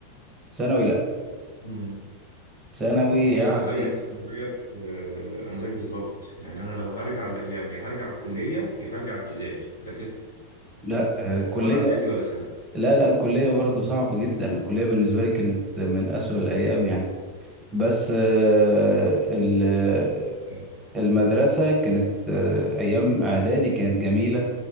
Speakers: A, on the right; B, on the left.
A: ثانوي لا
B: مم.
A: ثانوي
B: بص
A: يعني
B: انا زيك انا زيك آه، انا زيك بالظبط يعني انا لو هرجع لايام يا هرجع الكليه يا هرجع ابتدائي لكن
A: لا آه، كليه
B: ولا اعدادي ولا ثانوي
A: لا لا الكلية برضه صعبة جدا الكلية بالنسبة لي كانت من أسوأ الأيام يعني بس آه، ال- آه،
B: آه،
A: المدرسة كانت آه، أيام إعدادي كانت جميلة